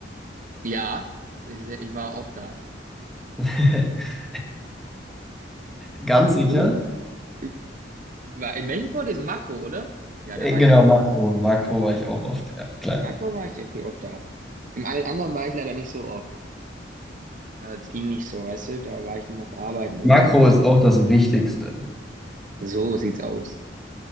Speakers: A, on the right; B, in the centre.
A: Ja, ich, ich war oft da.
B: <laughs> Ganz sicher?
A: Du? Ich- War, in welchem Fort ist Makro, oder? Ja,
B: Äh,
A: da war
B: Genau,
A: ich oft
B: Makro.
A: da.
B: Makro war ich auch oft, ja, klar.
A: In Makro war ich irgendwie oft da. Im allen anderen war ich leider nicht so oft. Ja, Es ging nicht so, weißt du? Da war ich noch arbeiten und
B: Makro
A: so, was
B: ist
A: weiß
B: auch das Wichtigste.
A: ich. So sieht's aus.